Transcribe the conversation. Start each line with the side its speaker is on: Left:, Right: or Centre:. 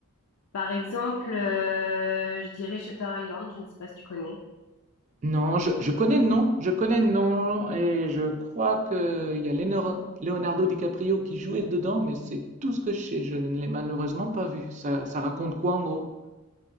Left: Par exemple, euh, je dirais Shutter Island, je ne sais pas si tu connais.
Right: Non, je, je connais le nom, je connais le nom, et je crois que il y a Lénor- Leonardo DiCaprio qui jouait dedans, mais c'est tout ce que je sais, je ne l'ai malheureusement pas vu. Ça, ça raconte quoi en gros?